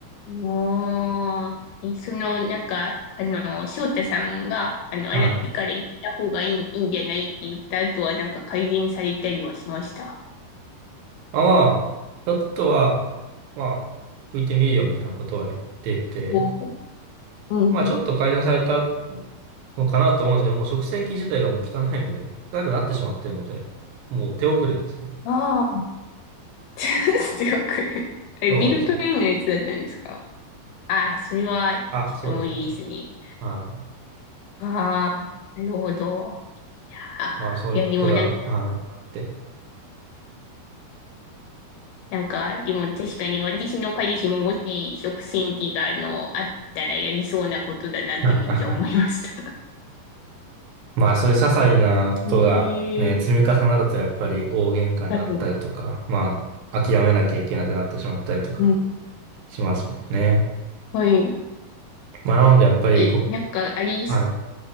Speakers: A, on the left; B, on the right.
A: もう、えその、なんか、あの、翔太さんが、あの、洗ってから行た方がいい、
B: はい。
A: いいんじゃないって言った後は、なんか改善されたりはしました。
B: まあ、まあ、ちょっとは、まあ、拭いてみるよ、みたいなことは言ってて、
A: うん。うん
B: まあ、ちょっと改善されたのかなと思うんですけど、もう食洗機自体がもう汚いので、もう汚くなってしまっているので、もう手遅れですね。
A: ああ。<laughs> 強く。あれ、
B: そうですね。
A: ビルトインのやつだったんですかああ、それは、
B: あ、
A: ちょっと無理ですね。
B: そうですね。は
A: ああ、なるほど。あーいや、
B: い。まあ、そういうことが、
A: でもなんか、
B: はい、あって。
A: なんか、でも確かに私の彼氏ももし食洗機があの、あったらやりそうなことだなってめっちゃ思いました。
B: <laughs> まあそういう些細なことがね、
A: <laughs>
B: 積み重なるとやっぱり大喧嘩になったりとか、
A: ええはい。
B: まあ諦めなきゃいけなくなってしまったりとか
A: うん。
B: しますもんね。
A: はい。
B: まあなのでやっぱりこ、
A: え、なんか、あり、
B: はい、